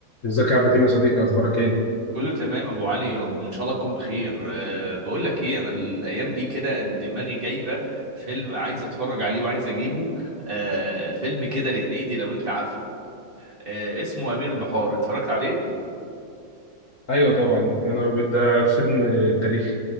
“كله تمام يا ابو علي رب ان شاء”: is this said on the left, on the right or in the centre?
Right